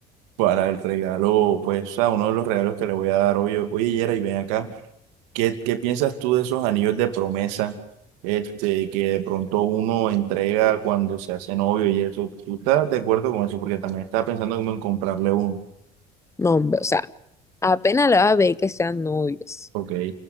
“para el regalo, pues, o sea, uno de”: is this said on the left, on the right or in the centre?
Right